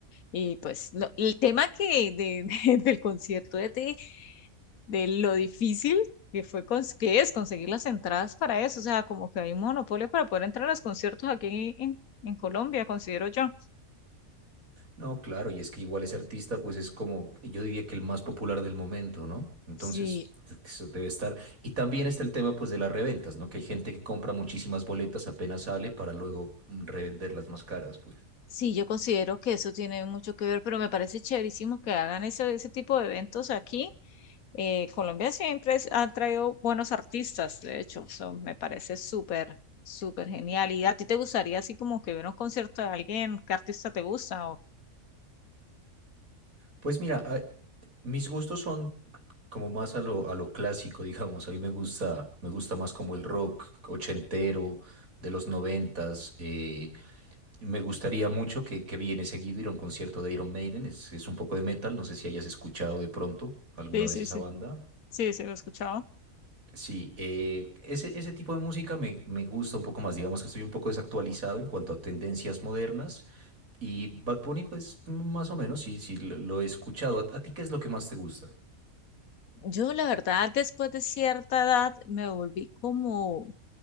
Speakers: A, on the left; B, on the right.
A: y pues no- el tema que de, <laughs> del concierto de ti, de lo difícil que fue cons- que es conseguir las entradas para eso, o sea, como que hay un monopolio para poder entrar a los conciertos aquí en en Colombia, considero yo.
B: No, claro, y es que igual ese artista, pues es como, yo diría que el más popular del momento, ¿no? Entonces,
A: Sí,
B: eso debe estar. Y también está el tema, pues, de las reventas, ¿no? Que hay gente que compra muchísimas boletas apenas sale para luego mm, revenderlas más caras, pues.
A: Sí, yo considero que eso tiene mucho que ver, pero me parece chéverísimo que hagan ese, ese tipo de eventos aquí. Eh, Colombia siempre es- ha traído buenos artistas, de hecho, eso me parece súper, súper genial. ¿Y a ti te gustaría así como que hubiera un concierto de alguien? ¿Qué artista te gusta? o-
B: Pues mira, ah, mis gustos son como más a lo, a lo clásico, <laughs> digamos. A mí me gusta, me gusta más como el rock ochentero de los noventas. eh, me gustaría mucho que, que viene seguido ir a un concierto de Iron Maiden. Es, es un poco de metal. No sé si hayas escuchado de pronto alguna
A: Sí,
B: vez
A: sí,
B: esa
A: sí,
B: banda.
A: sí, sí, lo he escuchado.
B: Sí, eh, ese, ese tipo de música me, me gusta un poco más. Digamos que estoy un poco desactualizado en cuanto a tendencias modernas. Y Bad Bunny, pues más o menos, sí, sí, lo, lo he escuchado. ¿A, a ti qué es lo que más te gusta?
A: Yo, la verdad, después de cierta edad me volví como,